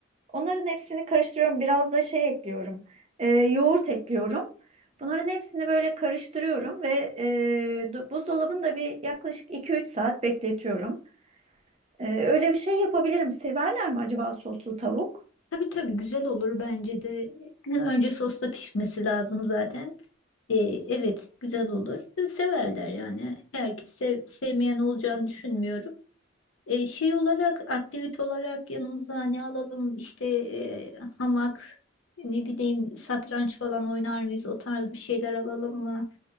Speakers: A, on the right; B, on the left.
A: Onların hepsini karıştırıyorum. Biraz da şey ekliyorum. Ee, yoğurt ekliyorum. Bunların hepsini böyle karıştırıyorum ve e, du- buzdolabında bir yaklaşık 2-3 saat bekletiyorum. Ee, öyle bir şey yapabilirim. Severler mi acaba soslu tavuk?
B: Tabii tabii güzel olur bence de. <laughs> Önce sosta pişmesi lazım zaten. Ee, evet güzel olur. Severler yani. Herkes sev- sevmeyen olacağını düşünmüyorum. Ee, şey olarak aktivite olarak yanımıza ne alalım işte e, hamak ne bileyim satranç falan oynar mıyız o tarz bir şeyler alalım mı?